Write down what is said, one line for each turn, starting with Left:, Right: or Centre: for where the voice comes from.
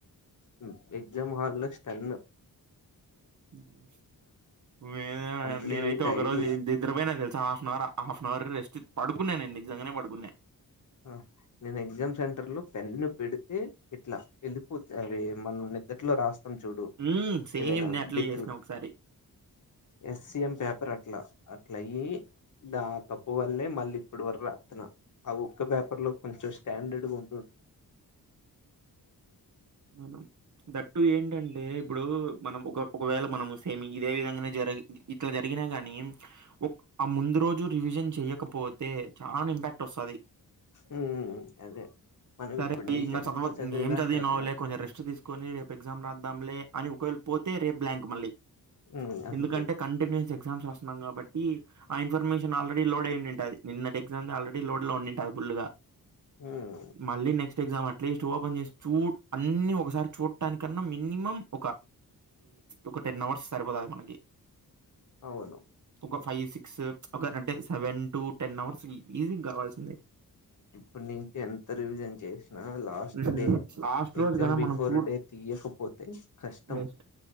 Left: హమ్ ఎగ్జామ్ హాల్ లో స్టను
Right: ఉమ్... మిమ్ ఏ
Left: కంప్లీట్
Right: నేనైతే ఒక
Left: ఐడి
Right: రోజు దిదరపోయినా తెలుసా half an hour half an hour rest పడు కున్నా నేను నిజంగానే పడుకున్న
Left: హ నేను ఎగ్జామ్ సెంటర్లో పెన్ను పెడితే ఇట్లా వెళ్ళిపోత్ అరే మనం నిదట్లో రాస్త్ తమ్ చూడు
Right: హ్మ్ సేమ్
Left: ఏవైనా
Right: నేను అట్లే
Left: గీతలు
Right: చేసిన ఒకసారి
Left: ఎస్ మ్ పేప్ పర్ అట్లా అట్లయీ దా తప్పు వల్లే మళ్ళీ ఇప్పుడు వరకు రతానా అవు ఒక్క పేపర్లో కొంచెం స్టాండడ్ గా ఉండుం
Right: మనం దట్టు ఏంటంటే ఇప్పుడు మనం ఒక ఒకవేళ మనం సేమి ఇదే విధంగానే జరి ఇట్లా జరిగినా గాని ఆ ముందు రోజు రివిజన్ చెయకపోతే చాలా ఇంపాక్ట్ వస్తాది.
Left: హుహు అదే మనం
Right: సరే
Left: ఇప్పుడు నుంచి
Right: ఇంకా
Left: ఎంత
Right: చదవ
Left: చదివినా
Right: ఏం చదివిన
Left: సరే
Right: వాళ్లే కొెం రెస్ట్ తీసుకొని రేపు ఎగ్జామ్ రాద్దదాంలే అని ఒకవేళ పో తే బ్లంక్ మళ్లీ
Left: ఉమ్ అంతే
Right: ఎందుకంటే కంటిన్యూస్ ఎగ్జామ్స్ వస్తున్నాం కాబట్టి ఆ ఇఫర్మేషన్ ఆల్రెడీ లోడ్ అయి ఉంట అది నిన్నటి ఎగ్జామ్ ఆల్రెడీ లోడ్ లో ఉండింట అది పుల్ గా
Left: ఉమ్
Right: మళ్లీ నెక్స్ట్ ఎ్జా అట్స్ట్ ఓపెన్ చే చూ అన్ని ఒకసారి చూడటాకన్నా మినిమం ఒక ఒక టెన్ అవర్స్ సరిపోతుంది మనకి
Left: అవును
Right: ఒక ఫైవ్ సిక్స్ ఒక అంటే seven to ten hours easy కావాల్సిందే.
Left: ఇప్పటి నుంచి ఎంత రివిజన్ చేసినా లాస్ట్
Right: హ్మ్.
Left: డే
Right: లాస్ట్
Left: ఎగ్జామ్
Right: రోజు గాన
Left: బిఫోర్
Right: మనం చూడ్
Left: డే తీయకపోతే కష్టం
Right: వేస్ట్.